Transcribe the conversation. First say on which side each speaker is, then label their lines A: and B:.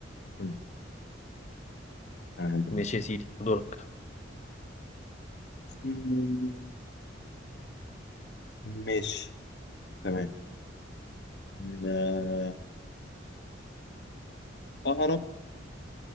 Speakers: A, on the left; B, on the left.
A: مم. آه،
B: ماشي يا سيدي دورك
A: ده- ماشي تمام م- آه، أقرب